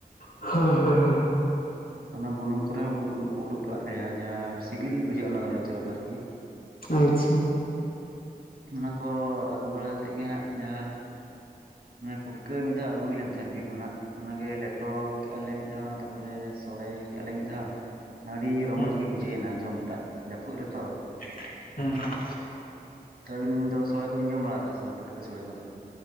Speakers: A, on the left; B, on the right.
A: ᱦᱳᱭ ᱦᱳᱭ ᱦᱳᱭ ᱾
B: <inaudible> ᱚᱱᱟ ᱵᱩᱱᱩᱢ ᱠᱚᱨᱮ ᱦᱚᱸ ᱩᱫ ᱩᱸ ᱩᱰᱩᱠ ᱵᱟᱲᱟᱜ ᱜᱮᱭᱟ ᱡᱟᱦᱟᱸ ᱥᱤᱵᱤᱞ ᱵᱩᱡᱷᱟᱹᱜᱼᱟ ᱚᱱᱟ ᱜᱮ ᱟᱹᱲᱤ ᱪᱚᱨᱚᱠ ᱟᱨᱠᱤ᱾
A: ᱟᱪᱷᱟ ᱾
B: ᱚᱱᱟᱠᱚ ᱟᱹᱜᱩ ᱵᱟᱲᱟᱦᱟᱛᱮᱜ ᱜᱮ ᱦᱟᱸᱜ ᱡᱟᱦᱟᱸ ᱢᱟᱱᱮ ᱯᱩᱴᱠᱟᱹ ᱢᱤᱫ ᱫᱷᱟᱣ ᱟᱜᱩ ᱦᱩᱭ ᱞᱮᱱ ᱛᱟᱦᱮᱸᱜ ᱵᱤᱨ ᱠᱷᱚᱱᱟᱜ, ᱚᱱᱟᱜᱮ ᱞᱮᱴᱚ ᱠᱮᱜ ᱟᱞᱮ ᱢᱤᱫ ᱫᱷᱟᱣ ᱛᱟᱯᱚᱨᱮ ᱥᱚᱲᱮ ᱠᱮᱜ ᱟᱞᱮ ᱢᱤᱫ ᱫᱷᱟᱣ ᱟᱹᱰᱤ ᱨᱚᱢᱚᱡᱽ
A: ᱦᱮᱸ
B: ᱜᱮ ᱵᱩᱡᱷᱟᱹ ᱮᱱᱟ ᱡᱚᱢᱴᱟᱜ ᱡᱟᱹᱯᱩᱫ ᱨᱮᱛᱚ᱾
A: <unintelligible> ᱦᱩᱸ ᱾
B: ᱛᱚ ᱟᱹᱵᱤᱱ ᱫᱚ ᱥᱚᱲᱮ ᱠᱚᱵᱤᱱ ᱡᱚᱢ ᱵᱟᱲᱟᱠᱟᱜᱼᱟ ᱥᱮ ᱯᱩᱴᱠᱟᱹ ᱥᱚᱲᱮ ᱠᱚᱫᱚ?